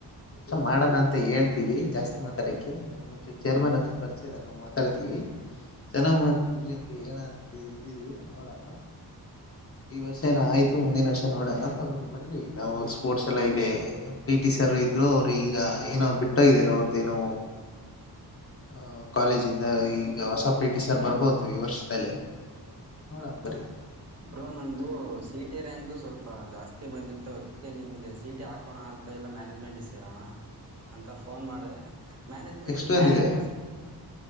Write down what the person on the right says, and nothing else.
ಬ್ರೋ ನಂದು ಸಿಟಿ ರ್ಯಾಂಕ್ ಸ್ವಲ್ಪ ಜಾಸ್ತಿ ಬಂದಿತ್ತು ಅದಕ್ಕೆ ನಿಮ್ದು ಸೀಟಿ ಹಾಕ ಕೋಣ ಅಂತ ಎಲ್ಲ ಮ್ಯಾನೇಜ್ಮೆಂಟಿಗೆ ಸೇರೋಣ ಅಂತ ಫೋನ್ ಮಾಡದೆ. ಮ್ಯಾನೇಜ್ಮೆಂಟೀಗ
ಎಷ್ಟ
ಕೇಳ್ತೀರ್ ಸರ್